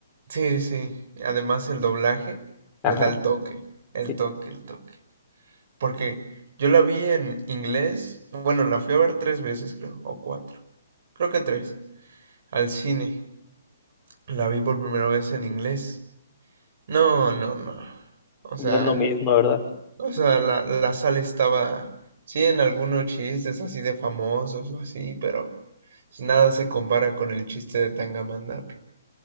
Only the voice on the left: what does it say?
Ajá,
sí,
no
es lo mismo, ¿verdad?